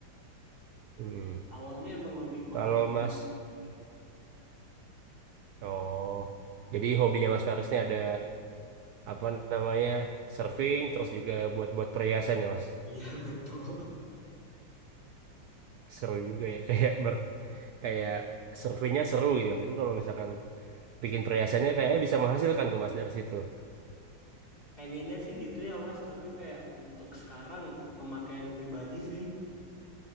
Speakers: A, on the right; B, on the left.
A: Hmm.
B: Awalnya emang lebih ke
A: Kalau
B: hobi
A: Mas,
B: sih.
A: oh, jadi hobinya Mas Faris ini ada apa namanya surfing, terus juga buat-buat perhiasan ya Mas.
B: Iya <laughs> betul.
A: Seru juga ya, <laughs> kayak ber, kayak surfingnya seru gitu kan. Tapi kalau misalkan bikin perhiasannya kayaknya bisa menghasilkan tuh Mas dari situ.
B: Pengennya sih gitu ya Mas, tapi kayak untuk sekarang pemakaian pribadi sih,